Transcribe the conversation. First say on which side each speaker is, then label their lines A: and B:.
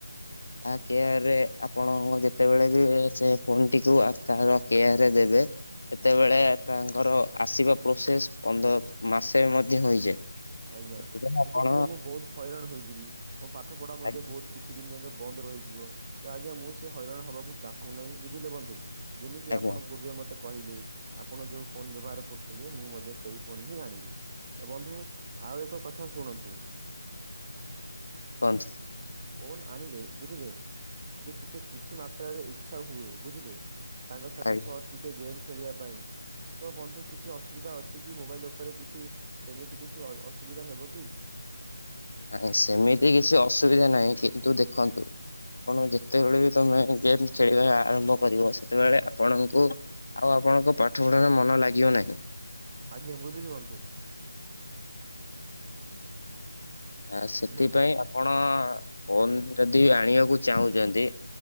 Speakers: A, on the left (about 70°); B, on the right (about 20°).
A: ତା କେୟାରରେ ଆପଣ ଯେତେବେଳେ ବି ସେ ଫୋନ ଟିକୁ ତାର କେୟାରରେ ଦେବେ ସେତେବେଳେ ତାଙ୍କର ଆସିବା ପ୍ରୋସେସ ପନ୍ଦର ମାସେ ମଧ୍ୟ ହୋଇଯାଏ।
B: ଆଜ୍ଞା
A: ସେଥିପାଇଁ ଆପଣ
B: ସେଥିରେ ମୁଁ ବହୁତ ହଇରାଣ ହୋଇଯିବି। ମୋ ପାଠ ପଢା ମଧ୍ୟ
A: ଆଜ୍ଞା
B: ବହୁତ କିଛି ଦିନ ଏକା ବନ୍ଦ ରହିଯିବ ତ ଆଜ୍ଞା ମୁଁ ସେ ହଇରାଣ ହବାକୁ ଚାହୁଁ ନାହିଁ। ବୁଝିଲେ ବନ୍ଧୁ? ଯେମିତି
A: ଆଜ୍ଞା
B: ଆପଣ ପୂର୍ବେ ମତେ କହିଲି ଆପଣ ଯୋଉ ଫୋନ ବ୍ୟବହାର କରୁଛନ୍ତି ମୁଁ ମଧ୍ୟ ସେଇ ଫୋନ ହିଁ ଆଣିବି। ତ ବନ୍ଧୁ ଆଉ ଏକ କଥା ଶୁଣନ୍ତୁ।
A: କହନ୍ତୁ।
B: ଫୋନ ଆଣିଲେ ବୁଝିଲେ ଯଦି ଟିକେ କିଛି ମାତ୍ରାରେ ଇଚ୍ଛା ହୁଏ ବୁଝିଲେ। ସାଙ୍ଗସାଥି
A: ଆଜ୍ଞା
B: ସହ ଟିକେ ଗେମ୍ ଖେ ଖେଳିବା ପାଇଁ ତ ବନ୍ଧୁ କିଛି ଅସୁବିଧା ଅଛି କି ମୋବାଇଲ ଉପରେ କିଛି ସେମିତି କି କିଛି ଅସୁବିଧା ହେବ କି?
A: ନାଇଁ ସେମିତି କିଛି ଅସୁବିଧା ନାହିଁ କିନ୍ତୁ ଦେଖନ୍ତୁ କଣ ଯେତେବେଳେ ବି ତମେ ଗେମ୍ ଖେଳିବା ଆରମ୍ଭ କରିବ ସେ ସେତେବେଳେ ଆପଣଙ୍କୁ ଆଉ ଆପଣଙ୍କ ପାଠ ପଢାରେ ମନ ଲାଗିବ ନାହିଁ।
B: ଆଜ୍ଞା ବୁଝି ଦିଅନ୍ତୁ। <inaudible>
A: ଆ ସେଥିପାଇଁ
B: ହେଲେ
A: ଆପଣ ଫୋନ୍ ଯଦି ଆଣିବାକୁ ଚାହୁଁଛନ୍ତି।